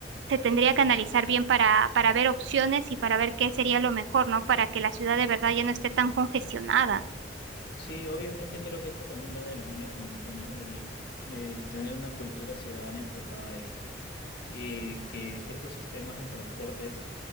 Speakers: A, on the right; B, on the left.
A: se tendría que analizar bien para, para ver opciones y para ver qué sería lo mejor, ¿no? Para que la ciudad de verdad ya no esté tan congestionada.
B: Sí, obviamente creo que eso también va de la mano con el tema de, de tener una cultura ciudadana enfocada a esto, Eh, que estos sistemas de transportes